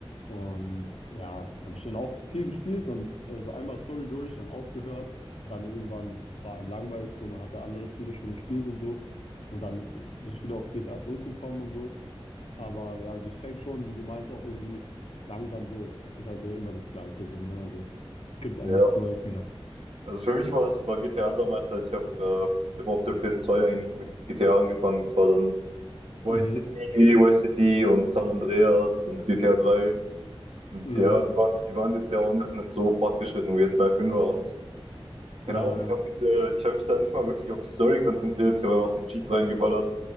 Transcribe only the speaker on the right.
Ja.
Also für mich war es, war G T A damals halt, ich habe äh, ich hab auf der ps zwei eigentlich mit G T A angefangen. es war dann Vice
City, Vice City und San Andreas und GTA 3. Und
ja, die waren, die waren jetzt ja auch noch nicht so fortgeschritten wie jetzt mein Fünfer und Keine
Ahnung, ich habe mich, da- ich hab mich da nicht mal wirklich auf die Story konzentriert. Ich habe einfach die Cheats reingeballert.